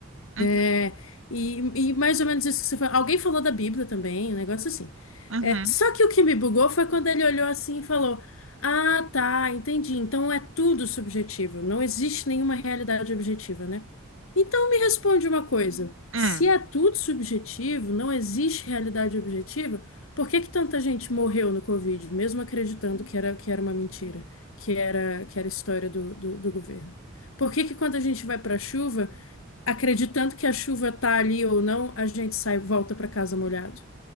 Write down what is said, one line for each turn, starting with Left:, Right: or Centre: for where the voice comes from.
Right: uhum,
Left: É, e, e mais ou menos isso que você falou. Alguém falou da Bíblia também, um negócio assim.
Right: uhum,
Left: É, só que o que me bugou foi quando ele olhou assim e falou: Ah, tá, entendi. Então é tudo subjetivo. Não existe nenhuma realidade objetiva, né? Então me responde uma coisa:
Right: uhum.
Left: se é tudo subjetivo, não existe realidade objetiva, por que que tanta gente morreu no Covid, mesmo acreditando que era, que era uma mentira, que era, que era história do, do do governo? Por que que quando a gente vai para a chuva acreditando que a chuva tá ali ou não, a gente sai, volta para casa molhado.